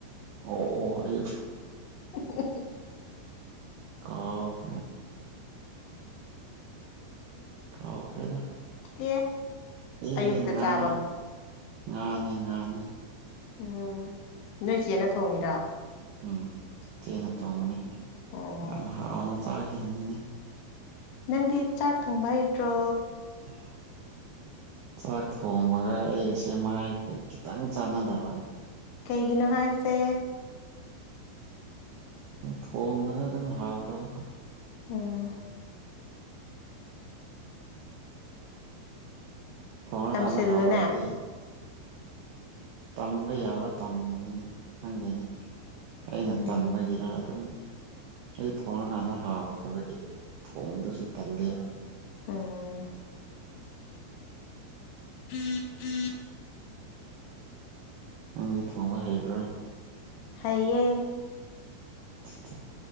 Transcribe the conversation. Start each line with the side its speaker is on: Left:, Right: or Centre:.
Right: ꯑꯣ ꯑꯣ ꯑꯩ
Left: ꯎ
Right: ꯀꯥꯎ ꯀꯥꯎ ꯐꯔꯦꯗ
Left: ꯑꯦ
Right: ꯑꯦ
Left: ꯑꯌꯨꯛꯇ
Right: ꯉꯥ
Left: ꯆꯥꯕ
Right: ꯉꯥꯅꯤ ꯉꯥꯅꯤ
Left: ꯎꯝ ꯅꯣꯏ ꯏ ꯆꯦꯠꯅ ꯊꯣꯡꯉꯤꯔ
Right: ꯎꯝ ꯆꯦꯡꯅ ꯊꯣꯡꯕꯅꯤ
Left: ꯎꯝ
Right: ꯌꯥꯝ ꯍꯥꯎꯅ ꯆꯥꯈꯤꯕꯅꯤꯅ
Left: ꯅꯪꯗꯤ ꯆꯥꯛ ꯊꯣꯡꯕ ꯍꯩꯇ꯭ꯔꯣ
Right: ꯑꯣ ꯆꯥꯛ ꯊꯣꯡꯉꯒ ꯑꯩꯒꯁꯦ ꯃꯥꯏ ꯈꯤꯇꯪ ꯆꯥꯟꯅꯗꯕ
Left: ꯀꯩꯒꯤꯅꯣ ꯍꯥꯏꯁꯦ
Right: ꯊꯣꯡ ꯕꯥꯗ ꯗꯨꯃ ꯍꯥꯎꯇꯕ
Left: ꯎꯝ
Right: ꯊꯣꯡꯉꯀꯥꯟꯗ
Left: ꯇꯝꯁꯤꯜꯂꯨꯅꯦ
Right: ꯍꯧꯥꯎꯔꯗꯤ ꯇꯝꯕ ꯌꯥꯕ ꯇꯝꯕꯅꯤꯅꯦ ꯈꯪꯗꯦꯅꯦ ꯑꯩꯅ
Left: ꯎꯝ
Right: ꯇꯟꯕꯒꯤꯔ ꯑꯗꯨꯝ ꯑꯗꯨ ꯊꯣꯡꯉꯀꯥꯟꯗ ꯍꯥꯎꯗꯕꯒꯤ ꯊꯣꯡꯕꯗꯨꯁꯨ ꯇꯜꯂꯦꯕ
Left: ꯎꯝ ꯎꯝ ꯎ
Right: ꯅꯪꯗꯤ ꯊꯣꯡꯕ ꯍꯩꯕ꯭ꯔꯥ
Left: ꯍꯥꯏꯌꯦꯌꯦ
Right: ꯑ